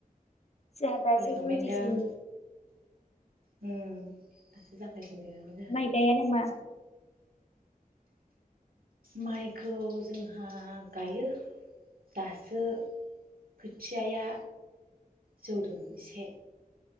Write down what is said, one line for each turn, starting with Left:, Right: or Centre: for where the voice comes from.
Left: जोंहा दासो
Right: रायलायखांबायदां
Left: जुरिजेनदों
Right: उम दासो जागायफिनदोंना मा जाखो।
Left: माइ गाया नामा
Right: माइखौ जोंहा गायो दासो खोथियाया जौदों एसे